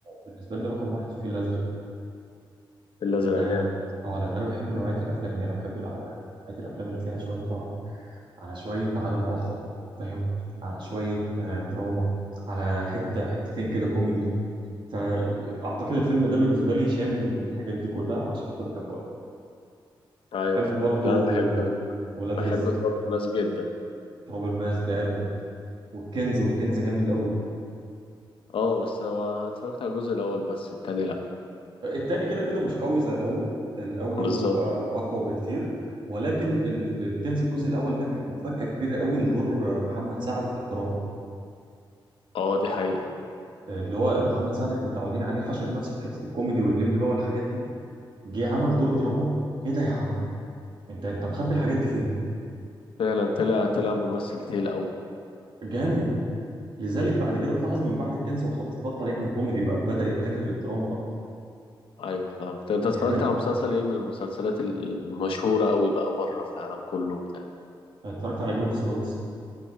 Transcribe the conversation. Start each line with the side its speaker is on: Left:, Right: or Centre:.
Right: بالنسبه لي رقم واحد الفيل الازرق
Left: الأزرق
Right: لان انا
Left: جامد
Right: اه لان انا بحب نوعيه الافلام دي انا بحب الأو- نوعيه الافلام اللي فيها شويه رعب على شويه عالم اخر فاهم على شويه آه، دراما على حته حتتين كده كوميدي فاعتقد الفيلم ده بالنسبه لي شامل الحاجات دي كلها فعشان كده بحبه قوي
Left: أيوه
Right: بحب
Left: فاهمك
Right: برضو
Left: لا أنا بحب
Right: ولاد
Left: بحب
Right: رزق
Left: تراب الماس جدا
Right: تراب الماس جامد والكنز والكنز جامد قوي
Left: اه بس هو أنا اتفرجت على الجزء الأول بس التاني لأ
Right: التاني كده كده مش قوي زي الاول الاول
Left: بالظبط
Right: آه، اقوى بكتير ولكن ال- الكنز الجزء الاول ده كانت مفاجاه كبيره قوي لدور محمد سعد في الدراما
Left: اه دي حقيقة
Right: اللي هو محمد سعد احنا متعودين عليه حشر نفسه في حته الكوميدي والليمبي بقى والحاجات دي جه عمل دور دراما ايه ده يا عم انت انت مخبي الحاجات دي فين
Left: فعلا طلع طلع ممثل تقيل قوي
Right: جامد لذلك بعد كده تلاحظ من بعد الكنز وخلاص بطل يعمل كوميدي بقى بدأ يتجه للدراما اكتر
Left: ايوه فاهم طب انت اتفرجت
Right: يعني
Left: على مسلسل ايه من المسلسلات المشهوره قوي بقى بره في العالم كله وبتاع
Right: أنا اتفرجت على جيم اوف ثرونز